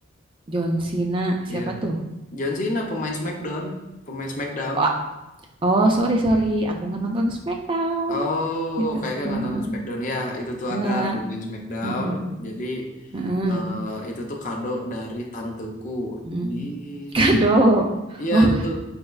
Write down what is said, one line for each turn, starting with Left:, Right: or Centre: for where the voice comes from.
Right: John Cena, siapa
Left: Iya.
Right: tuh?
Left: John Cena pemain SmackDown, pemain SmackDown.
Right: Wah, Oh, sorry, sorry, aku nggak nonton SmackDown
Left: Oh,
Right: gitu.
Left: kayaknya nggak
Right: Heeh.
Left: nonton SmackDown ya. Itu tuh
Right: Enggak,
Left: ada pemain SmackDown.
Right: heeh,
Left: Jadi
Right: heeh,
Left: eh, itu tuh kado dari tanteku
Right: heeh.
Left: di
Right: <laughs> Kado.
Left: umur. Iya
Right: Oh,
Left: itu tuh